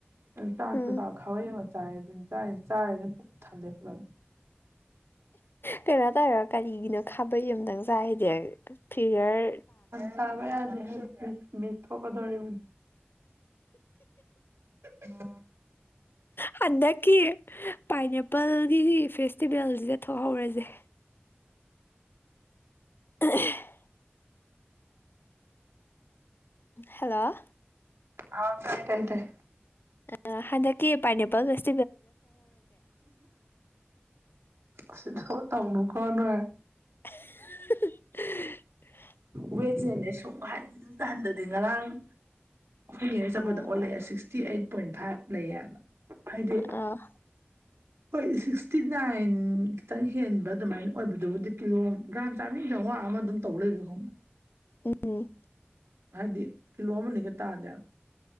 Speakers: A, on the right; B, on the left.
A: ꯑꯗꯨ ꯆꯥꯛꯁꯨ
B: ꯎꯝ
A: ꯆꯥꯛ ꯈꯋꯩ ꯑꯃ ꯆꯥꯏꯦ ꯑꯗꯨꯝ ꯆꯥꯏ ꯆꯥꯔꯦ ꯑꯗꯨꯝ ꯄꯨꯛ ꯊꯜꯂꯦ ꯐꯖꯅ
B: ꯀꯩꯅꯣ ꯇꯧꯔꯣ ꯀꯔꯤꯒꯤꯅꯣ ꯈꯥꯕꯩ ꯑꯃꯝꯇꯪ ꯆꯥꯏꯗꯤ ꯐꯤꯌꯔ
A: ꯆꯕꯦ ꯌꯥꯗꯤ ꯃꯤ ꯃꯤꯁ ꯊꯣꯛꯀꯗꯧꯔꯤꯕꯅꯤ ꯎꯝ
B: ꯍꯟꯗꯛꯀꯤ ꯄꯥꯏꯅꯦꯄꯜꯒꯤ ꯐꯦꯁꯇꯤꯚꯦꯜꯁꯤꯗ ꯊꯣꯛꯍꯧꯔꯁꯦ ꯑ ꯍꯜꯂꯣ
A: ꯍꯥꯎ ꯇꯥꯏ ꯇꯥꯏ ꯇꯥꯏ
B: ꯑ ꯍꯟꯗꯛꯀꯤꯦ ꯄꯅꯤꯄꯥꯒꯁ
A: ꯁꯤꯗꯣ ꯇꯅꯀꯅꯥꯏ
B: <inaudible>
A: ꯋꯦꯠꯅꯦꯅꯦ ꯁꯨꯝ ꯍꯟ ꯍꯟꯊꯗꯤ ꯉꯔꯥꯡ ꯑꯩꯈꯣꯏ ꯅꯣꯏ ꯆꯠꯄꯗ
B: ꯎꯝ
A: ꯑꯣꯜꯂꯛꯑꯦ ꯁꯤꯛꯁꯇꯤ ꯑꯩꯠ ꯄꯣꯏꯟ ꯐꯥꯏꯚ ꯂꯩꯌꯦꯕ ꯍꯥꯏꯗꯤ
B: ꯑ
A: ꯍꯣꯏ ꯁꯤꯛꯁꯇꯤ ꯅꯥꯏꯟ ꯈꯤꯇꯪ ꯍꯦꯟꯕ ꯑꯗꯨꯃꯥꯏꯅ ꯑꯣꯏꯕꯗꯨꯕꯨꯗꯤ ꯀꯤꯂꯣ ꯒ꯭ꯔꯥꯥꯟ ꯆꯥꯃꯤꯟ ꯆꯉ ꯑꯃ ꯑꯗꯨꯝ ꯇꯧ ꯂꯩꯣꯏꯕ ꯈꯣꯅ
B: ꯎꯝ
A: ꯍꯥꯏꯗꯤ ꯀꯤꯂꯣ ꯑꯃꯅꯤꯒ ꯇꯥꯅꯦꯕ